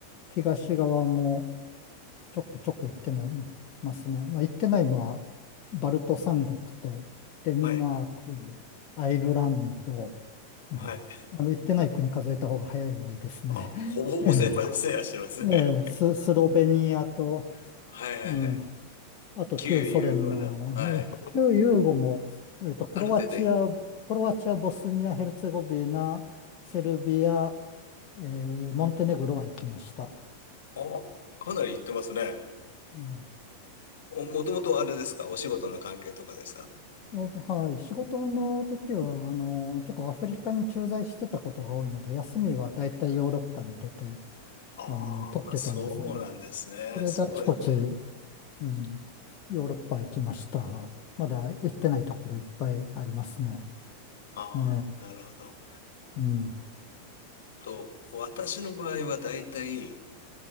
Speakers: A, on the left (about 35°); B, on the left (about 60°).
A: 東側もちょくちょく行ってないますね。まあ、行ってないのは、バルト三国と、デンマーク、
B: はい、
A: アイルランド、うんあの、
B: はい。
A: 行ってない国数えた方が早いぐらいですね。
B: あ、ほぼほぼセーファー、
A: <laughs> ええ、
B: セーファーしてますね。
A: ええス、スロベニアと、
B: <laughs> はいはいはい。
A: うん、あと旧ソ連の、
B: 旧ユーゴの、はい。
A: ええ旧ユーゴも、えっと、クロアチア、
B: ある程度
A: クロアチア、ボスニア、ヘルツェゴビナ、セルビア、ええモンテネグロは行きました。
B: お、かなり行ってますね。
A: うん
B: お、もともとあれですかお仕事の関係とかですか
A: えっと、はい。仕事の時は、あの、結構アフリカに駐在してたことが多いので、休みは大体ヨーロッパに出て、
B: ああ、
A: あの、取ってたんですよね。
B: そうなんですね。
A: それであちこち、
B: すごいですね。
A: うん、ヨーロッパ行きました。まだ行ってないところいっぱいありますね。
B: ああ、
A: ええ、
B: なるほど。
A: うん。
B: と、私の場合は大体、